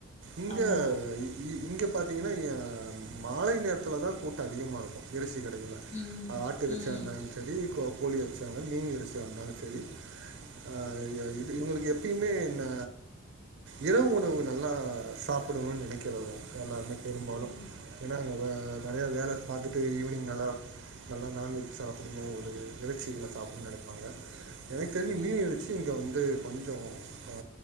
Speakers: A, on the right (about 60°); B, on the left (about 35°).
A: இங்க
B: ஆமா
A: ஈ இங்க பாத்தீங்கனா ஆ மாலை நேரத்துலதா கூட்டோ அதிகமா இருக்கு இறச்சி கடைகள்ல
B: ம்
A: அது ஆட்டு இறச்சியா
B: ம்
A: இருந்தாலு செரி கோ கோழி இறச்சியா இருந்தாலு மீன் இறைச்சியா இருந்தாலு செரி ஆ இது இவங்களுக்கு எப் ப்யுமே இந்த இரவு உணவு நல்லா சாப்புடனுனு நெனைக்கிறவங்க எல்லாருமே பெரும்பா
B: ம்
A: ஏன்னா அங்க வே நறைய வேலை பாத்துட்டு ஈவினிங் நல்லா நல்லா நான்வெஜ் சாப்புடணு ஒரு இறைச்சிகள சாப்புட்னு நெனைப்பாங்க எனக்கு தெரிஞ்சு
B: ம்
A: மீன் இறைச் சிங்க இங்க வந்து கொஞ்சோ அ